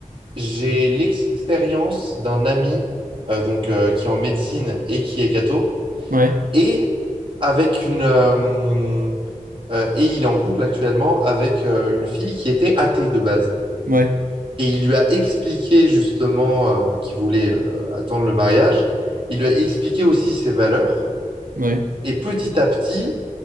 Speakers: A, on the right; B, on the right.
A: j'ai l'expérience d'un ami euh, donc, euh, qui est en médecine et qui est catho,
B: Ouais,
A: et avec une euh, euh, et il est en couple actuellement avec euh, une fille qui était athée de base.
B: ouais,
A: Et il lui a expliqué justement euh, qu'il voulait euh, attendre le mariage. Il lui a expliqué aussi ses valeurs.
B: ouais,
A: Et petit à petit,